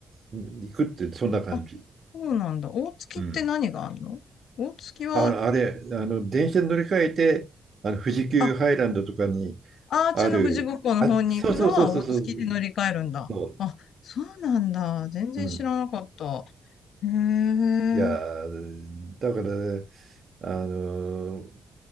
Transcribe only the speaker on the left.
あ、そうなんだ。大月って何があるの大月は、
あ、アーチの富士五湖の方に行くのは大月で乗り換えるんだ。
あ、そうなんだ。全然知らなかった。
へえ。